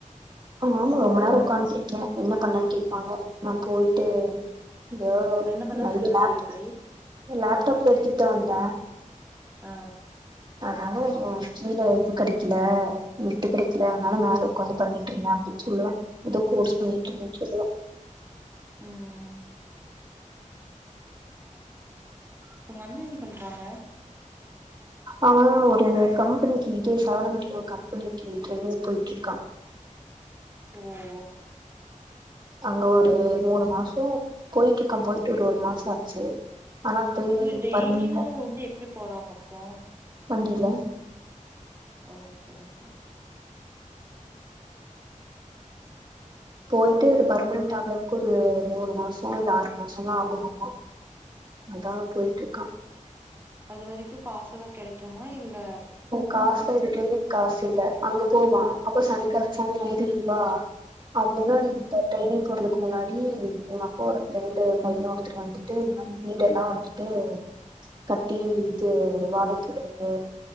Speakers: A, on the right; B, on the right.
A: ம் ஆமா ரொம்ப நேரோ உக்கான்டு கேக்கே என்ன பண்ணன்னு கேப்பாங்க நா போய்ட்டு தோ
B: இப்ப என்ன பண்ணன்னு
A: மறுபுடி
B: சொல்லுவ
A: லாப்
B: கீழ போயி
A: லாப்டாப் எத்தித்தா வந்தே
B: ஆ
A: அதனால கீழ இது கெடக்கல நெட்டு கெடக்கல அதனால மேல ஒக்காந்து பண்ணி அப்டின் சொல்லுவே ஏதோ கோர்ஸ் பண்ணிட்டு இருக்கேனு சொல்லுவே
B: ம் ம் அப்ப ஒங்க அண்ணே என்ன பண்றாங்க
A: அவனு ஒரு கம்பெனிக்கு இதே சரவணம்பட்டி ஒரு கம்பெனிக்கு டிரெய்னிங் போயிட்டு இருக்கா
B: ஓ ஓ
A: அங்க ஒரு மூனு மாசோ போய்ட்டு இருக்க போயிட்டு ஒரு ஒரு மாசோ ஆச்சு ஆனா போய்
B: இல்ல டெய்லியு
A: பர்மனென்ட்டா
B: வந்து எப்டி போறாங்க அப்றோ
A: வண்டியில
B: ஓ செரி செரி
A: போய்ட்டு அது பர்மனட் ஆகுறதுக்கு ஒரு மூனு மாசோ இது ஆறு மாசோ ஆகுமா மா அதா போயிட்டு இருக்கா
B: அது வரைக்கு காசுதா கெடைக்குமா இல்ல
A: காசுல எதுக்கமே காசு இல்ல அங்க போவா அப்ப சனிக்காலழத்து சம்பள ஐந்து ரூபா <unintelligible> அது முன்னாடி
B: ம்
A: இருந்து ட்ரைனிங் போறதுக்கு முன்னாடி எங்க அப்பாவோட ப்ரெண்டு பைய ஒருத்தர் வந்துட்டு இதுமாரி வீடெல்லா ட்டு கட்டி இருந்து வாடகைக்கு விடுறது